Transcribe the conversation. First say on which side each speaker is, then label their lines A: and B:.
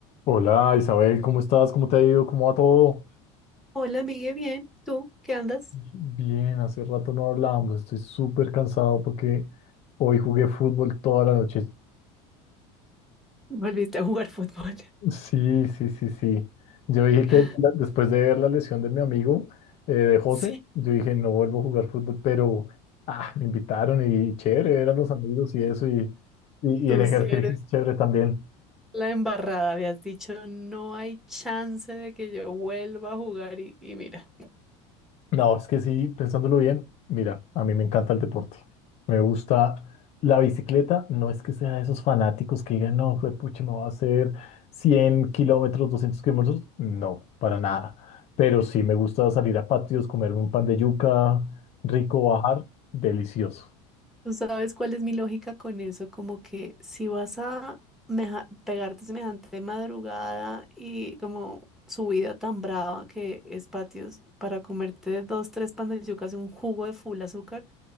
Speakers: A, on the left; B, in the centre.
A: Hola Isabel, ¿cómo estás? ¿Cómo te ha ido? ¿Cómo va todo?
B: Hola, amigue, bien. ¿Tú qué andas?
A: Bien, hace rato no hablábamos, estoy súper cansado porque hoy jugué fútbol toda la noche.
B: Volviste a jugar fútbol.
A: Sí, sí, sí, sí. Yo dije que
B: <laughs>
A: la- después de ver la lesión de mi amigo, eh, de José,
B: Sí.
A: yo dije no vuelvo a jugar fútbol, pero ah, me invitaron y chévere, eran los amigos y eso, y, y,
B: Tú
A: y el ejercicio
B: sí eres
A: es chévere también.
B: la embarrada. Habías dicho, no hay chance de que yo vuelva a jugar y, y mira.
A: No, es que sí, pensándolo bien, mira, a mí me encanta el deporte. Me gusta la bicicleta. No es que sea de esos fanáticos que digan, no, pucha, no va a hacer 100 kilómetros, 200 kilómetros. No, para nada. Pero sí me gusta salir a patios, comerme un pan de yuca, rico, bajar, delicioso.
B: ¿Tú sabes cuál es mi lógica con eso? Como que si vas a meja- pegarte semejante madrugada y como subida tan brava que es patios para comerte dos, tres pan de yucas y un jugo de full azúcar,